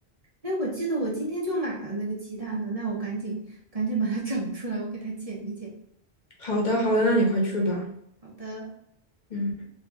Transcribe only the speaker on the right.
哎，我记得我今天就买了那个鸡蛋的，那我赶紧赶紧把它 <laughs> 找出来，我给它剪一剪。
好的。